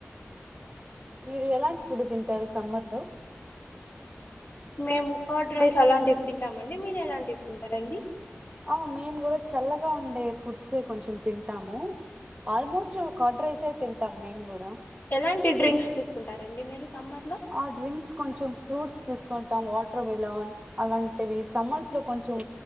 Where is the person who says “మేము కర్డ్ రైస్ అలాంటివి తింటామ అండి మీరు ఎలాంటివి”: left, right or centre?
Left